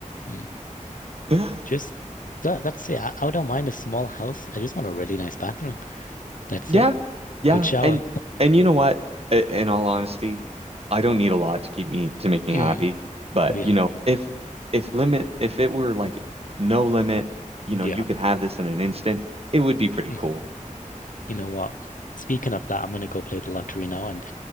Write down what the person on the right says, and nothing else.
<laughs>
<gasps>
Yeah,
yeah,
and and you know what? I- In all honesty, I don't need a lot to keep me to make me
happy. But
you know, if if limit if it were like no limit, you
know, you could have this in an instant, it would be pretty
cool.